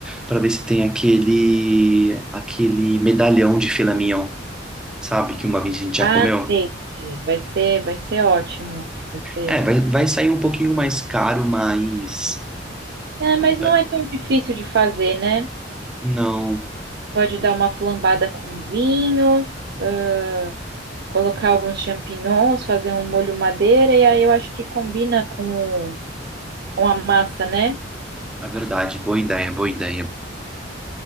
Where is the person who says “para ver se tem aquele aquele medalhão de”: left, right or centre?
Centre